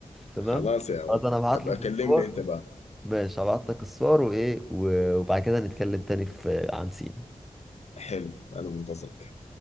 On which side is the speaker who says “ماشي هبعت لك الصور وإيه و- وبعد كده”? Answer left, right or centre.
Centre